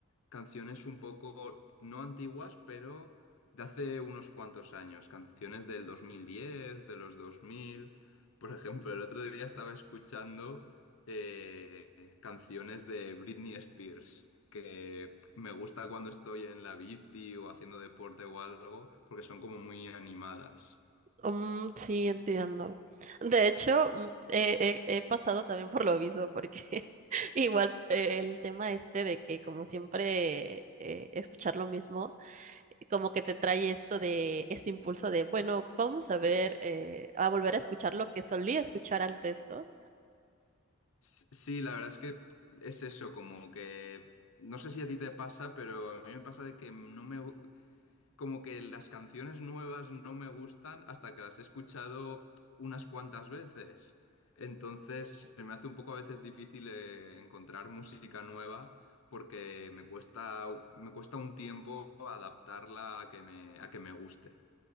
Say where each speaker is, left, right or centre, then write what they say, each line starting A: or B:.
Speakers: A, on the left; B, on the right.
A: canciones un poco, no antiguas, pero de hace unos cuantos años. Canciones del 2010, de los 2000. Por ejemplo, el otro día estaba escuchando eh, canciones de Britney Spears, que me gusta cuando estoy en la bici o haciendo deporte o algo, porque son como muy animadas.
B: Mm, sí, entiendo. De hecho, mm, he, he- he pasado también por lo mismo, porque <laughs> igual eh, el tema este de que como siempre eh, escuchar lo mismo, eh, como que te trae esto de este impulso de, bueno, vamos a ver, eh, a volver a escuchar lo que solía escuchar antes, ¿no?
A: S- Sí, la verdad es que es eso, como que no sé si a ti te pasa, pero a mí me pasa de que no me gu- como que las canciones nuevas no me gustan hasta que las he escuchado unas cuantas veces. Entonces se me hace un poco a veces difícil eh, encontrar música nueva porque me cuesta me cuesta un tiempo adaptarla a que me a que me guste.